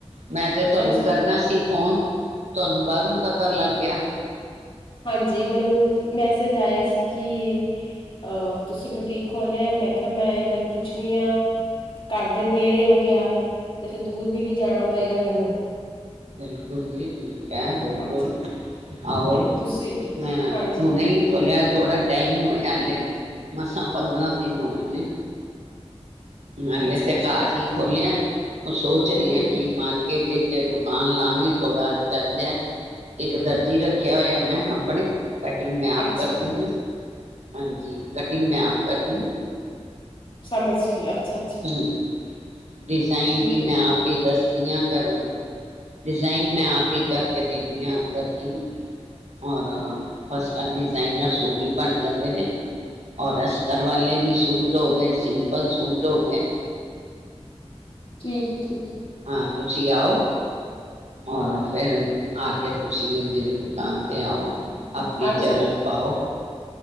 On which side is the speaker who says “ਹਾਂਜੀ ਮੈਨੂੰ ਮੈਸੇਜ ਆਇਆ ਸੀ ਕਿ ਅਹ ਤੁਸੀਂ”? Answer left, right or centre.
Left